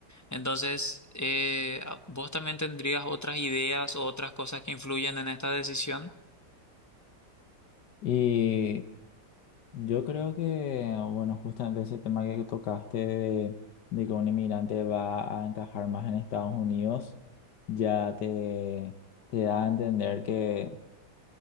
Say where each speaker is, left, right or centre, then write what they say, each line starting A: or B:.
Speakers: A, on the left; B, on the left.
A: Entonces, eh, ¿vos también tendrías otras ideas o otras cosas que influyen en esta decisión?
B: Y Yo creo que, bueno, justamente ese tema que tocaste de, de que un inmigrante va a encajar más en Estados Unidos, ya te, te da a entender que